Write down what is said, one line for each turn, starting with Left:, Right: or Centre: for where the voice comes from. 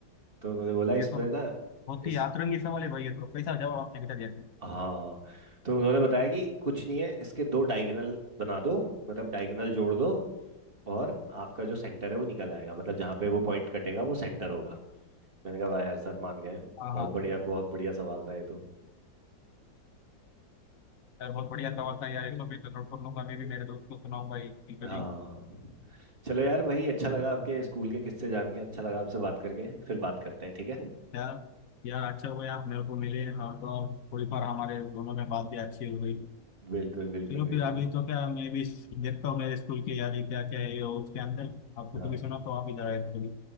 Right: तो उन्होंने बोला इसमें
Left: ये तो बहुत
Right: ना इस
Left: ही आतरंगी सवाल है भाई ये तो कैसा जवाब आपने बेटा दिया
Right: हाँ तो उन्होंने बताया कि कुछ नहीं है इसके दो डायगोनल बना दो मतलब डायगोनल जोड़ दो और आपका जो सेंटर है वो निकल आएगा मतलब जहाँ पे वो पॉइंट कटेगा वो सेंटर होगा मैंने कहा वाह यार सर मान गए
Left: हाँ
Right: बहुत
Left: हाँ हाँ।
Right: बढ़िया बहुत बढ़िया सवाल था ये तो
Left: यार बहुत बढ़िया सवाल था यार इसको भी तो नोट कर लूंगा मैं भी मेरे दोस्त को सुनाऊंगा ये कभी
Right: हाँ चलो यार भाई अच्छा लगा आपके स्कूल के किस्से जान के अच्छा लगा आपसे बात करके फिर बात करते हैं ठीक है
Left: यार यार अच्छा हुआ आप मेरे को मिले हाँ तो अब कोई बार हमारे दोनों में बात भी अच्छी हो गई
Right: बिल्कुल बिल्कुल
Left: चलो
Right: बिल्कुल
Left: फिर अभी तो क्या मैं भी देखता हूँ मेरे स्कूल के यार ये क्या क्या है ये उसके अंदर आपको
Right: हाँ
Left: कभी सुना तो आप इधर आए तो कभी